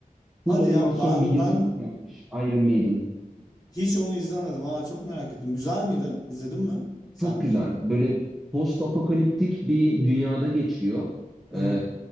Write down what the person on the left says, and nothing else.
Hadi
ya ben
ben
hiç onu izlemedim. Aa çok merak ettim. Güzel miydi? İzledin mi sen?
<laughs> Hı
hı.